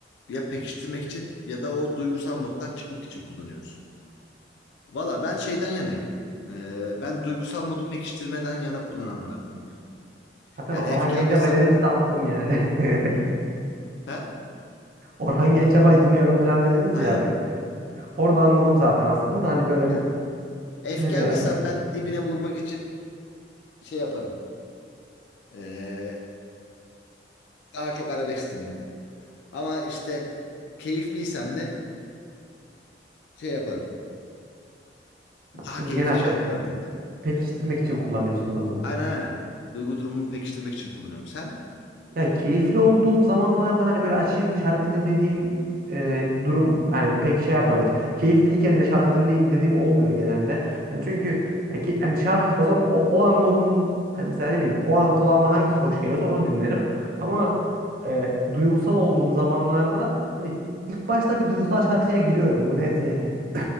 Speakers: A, on the left (about 70°); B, on the right (about 55°).
A: ya pekiştirmek için ya da o duygusal moddan çıkmak için kullanıyoruz. Valla ben şeyden yanayım. Ee, ben duygusal modu pekiştirmeden yana kullananlardanım ya.
B: Zaten
A: Yani
B: Orhan
A: efkarlıysam
B: Gencebay dediniz de anladım yani. <laughs>
A: hı hı, he?
B: Orhan Gencebay dinliyorum falan dediniz
A: Aynen.
B: ya abi. Orada anladım zaten aslında da hani böyle
A: Yani
B: bir
A: efkarlıysam
B: yine de öyle bir soru.
A: ben dibine vurmak için şey yaparım. Ee, daha çok arabesk dinlerim. Ama işte keyifliysem de şey yaparım. Daha
B: Siz
A: keyifli
B: genelde
A: şarkılar dinlerim.
B: pekiştirmek için kullanıyorsunuz o zaman.
A: Aynen aynen. Duygu durumumu pekiştirmek için kullanıyorum. Sen?
B: Yani keyifli olduğum zamanlarda hani böyle açayım şarkı dinlediğim e, durum hani pek şey yapmam. Evet. Keyifliyken de şarkı dinleyeyim dediğim olmuyor genelde. Yani çünkü ya ki, yani şarkı o zaman o, o an modum hani mesela ne bileyim o an kulağıma hangisi hoş geliyorsa onu dinlerim. Ama e, duygusal olduğum zamanlarda hani ilk başta bir duygusal şarkıya giriyorum. Bu net yani. <clears throat>